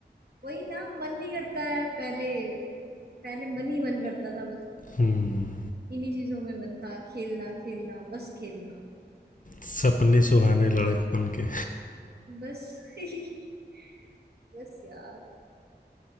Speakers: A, on the right; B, on the left.
A: वही ना मन नहीं करता है पहले पहले मन ही मन करता था बस
B: हम्म
A: इन्हीं चीजों में मन था खेलना खेलना बस खेलना
B: सपने सुहाने लड़कपन के
A: बस <laughs> बस यार